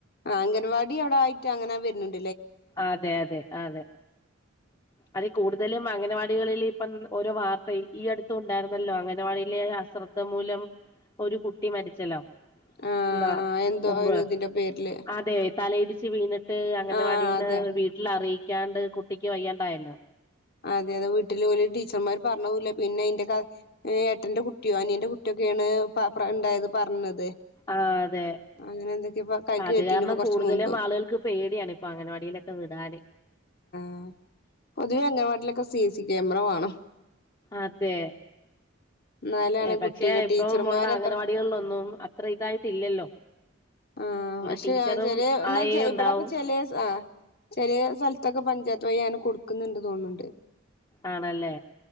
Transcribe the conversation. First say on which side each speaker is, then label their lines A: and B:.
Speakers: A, on the left; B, on the left.
A: ആ... അംഗൻവാടി അവിടെ ആയിട്ട് അങ്ങനെ വരുന്നുണ്ട്.
B: അതെ... അതെ... അതെ. അതികൂടുതലും- അംഗനവാടികളിൽ ഇപ്പം ഓരോ- വാർത്ത ഈ അടുത്ത ഉണ്ടായിരുന്നല്ലോ. അംഗനവാടിയിലെ അശ്രദ്ധ മൂലം- ഒരു കുട്ടി മരിച്ചലോ
A: ആ
B: എന്നാ
A: എന്തോ
B: മുമ്പ്.
A: ഒരു ഇതിന്റെ പേരില്
B: അതെ.. ! തലയിടിച്ച് വീണിട്ട് അങ്ങനവാടിന്ന്-
A: ആ അതെ
B: വീട്ടിൽ അറിയിക്കാണ്ട് കുട്ടിക്ക് വയ്യാണ്ടായല്ലോ.
A: അതെ.. അതെ വീട്ടിൽല ടീച്ചർമാർ പറഞ്ഞൂല്ല പിന്നെ എന്റെ ഏട്ടന്റെ കുട്ടിയോ, അനിയന്റെ കുട്ടികോ- <unintelligible> ഉണ്ടായത് പറഞ്ഞത്
B: ആ അതെ
A: അങ്ങനെ എന്തൊക്കെ പ
B: അത്
A: കേട്ടീന്
B: കാരണം
A: ഇപ്പൊ കൊറച്ച്
B: കൂടുതലും
A: മുമ്പ്
B: ആളുകൾക്ക് പേടിയാണ് ഇപ്പൊ അങ്ങനവാടിയിലൊക്കെ വിടാന്
A: <unintelligible> പൊതുവെ അങ്ങനവാട്ടിലൊക്കെ സിസി ക്യാമറ വാണം
B: അതെ
A: എന്നാലാണ്
B: ഏ പക്ഷെ
A: കുട്ടിക
B: ഇപ്പം
A: ടീച്ചർമാര്
B: ഉള്ള അംഗനവാടികളിലൊന്നും
A: അത്ര
B: അത്ര ഇതായിട്ടില്ലല്ലോ?
A: ആഹ്
B: ഒരു
A: പക്ഷെ
B: ടീച്ചറും
A: ചെറിയ എന്നാ
B: ആയേ ഉണ്ടാവും
A: ഇവിടൊക്കെ ചെലെ ആ ചെലെസ്ഥലത്തൊക്കെ പഞ്ചായത്ത് വഴി അങ്ങനെ കൊടുക്കുന്നുണ്ട് തോന്ണ്ണ്ണ്ട്
B: ആണല്ലേ